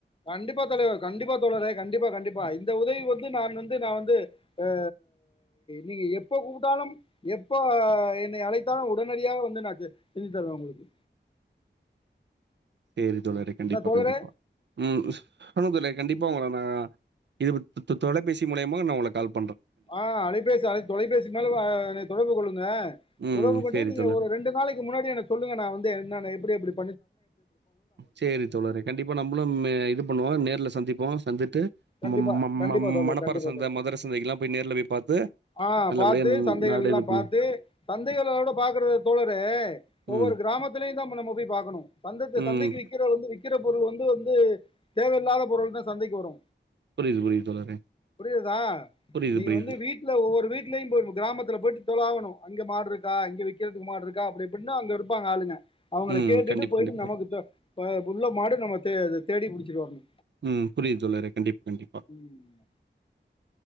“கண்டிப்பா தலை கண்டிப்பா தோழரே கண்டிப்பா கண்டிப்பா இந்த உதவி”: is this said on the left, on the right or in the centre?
Left